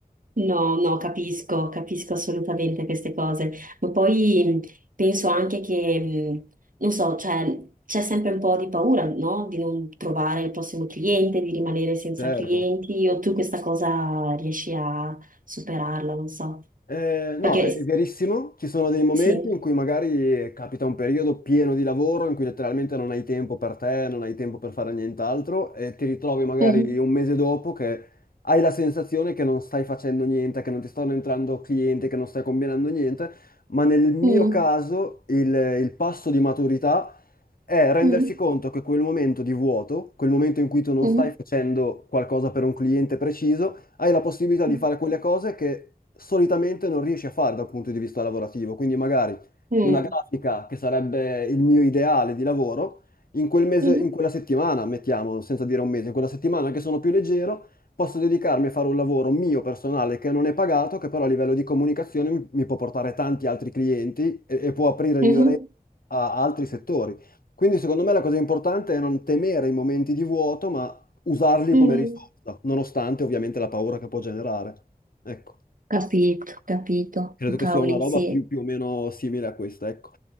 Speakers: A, on the right; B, on the left.
A: No, no, capisco, capisco assolutamente queste cose, ma poi mh, penso anche che, mh, non so, cioè, c'è sempre un po' di paura, no? Di non trovare il prossimo cliente, di rimanere senza
B: Certo.
A: clienti, o tu questa cosa riesci a superarla, non so.
B: Eh,
A: Perché,
B: no, è è verissimo, ci sono dei momenti
A: sì.
B: in cui magari capita un periodo pieno di lavoro in cui letteralmente non hai tempo per te, non hai tempo per fare nient'altro e ti ritrovi magari
A: Mhm.
B: un mese dopo che hai la sensazione che non stai facendo niente, che non ti stanno entrando clienti, che non stai combinando niente, ma nel mio
A: Mm.
B: caso il, il passo di maturità è rendersi
A: Mm.
B: conto che quel momento di vuoto, quel momento in cui tu non
A: Mm.
B: stai facendo qualcosa per un cliente preciso, hai la possibilità di
A: Mm.
B: fare quelle cose che solitamente non riesci a fare dal punto di vista lavorativo. Quindi magari
A: Mm.
B: una grafica che sarebbe il mio ideale di lavoro, in quel mese,
A: Mhm.
B: in quella settimana, mettiamo, senza dire un mese, in quella settimana che sono più leggero, posso dedicarmi a fare un lavoro mio personale che non è pagato, che però a livello di comunicazione mi, mi può portare tanti altri clienti e, e può aprire il
A: Mhm.
B: mio a a altri settori. Quindi secondo me la cosa importante è non temere i momenti di vuoto, ma usarli
A: Mm.
B: come risorsa, nonostante ovviamente la paura che può generare. Ecco.
A: Capito, capito.
B: Credo
A: Oh, Cavoli,
B: che sia una roba
A: sì,
B: più, più o meno simile a questa, ecco.